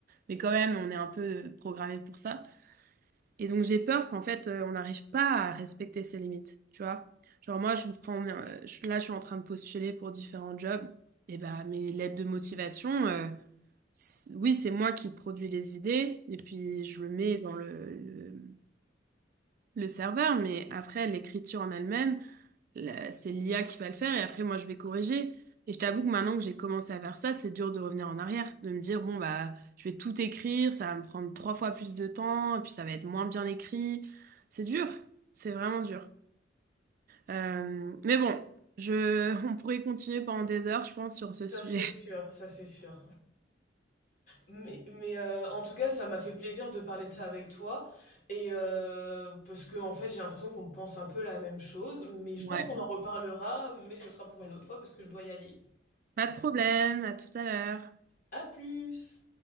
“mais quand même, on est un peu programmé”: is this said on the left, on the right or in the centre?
Right